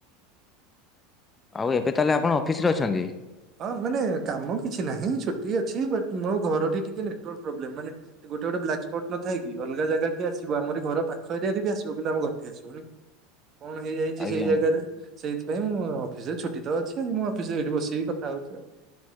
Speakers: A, on the left; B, on the right.
A: ଆଉ ଏବେ ତାହେଲେ ଆପଣ ଅଫିସରେ ଅଛନ୍ତି।
B: ହଁ ମାନେ କାମ କିଛି ନାହିଁ ଛୁଟି ଅଛି। ବଟ ମୋ ଘରଟି ଟିକେ ନେଟୱାର୍କ ପ୍ରୋବ୍ଲେ। ମାନେ ଗୋଟେ ଗୋଟେ ବ୍ଲାକ ସ୍ପଟ ନ ଥାଏ କି ଅଲଗା ଜାଗାଠି ଆସିବ। ଆମରି ଘର ପାଖ ଏରିଆରେ ବି ଆସିବ କିନ୍ତୁ ଆମ ଘରଠି ଆସିବନି। କଣ ହେଇଯାଇଛି
A: ଆଜ୍ଞା।
B: ସେଇ ଜାଗାରେ ସେଇଥିପାଇଁ ମୁଁ ଅଫିସରେ ଛୁ ଟି ତ ଅଛି ଆଜି ମୁଁ ଅଫିସରେ ଏଠି ବସିକି କଥା ହଉଛି ଆଉ।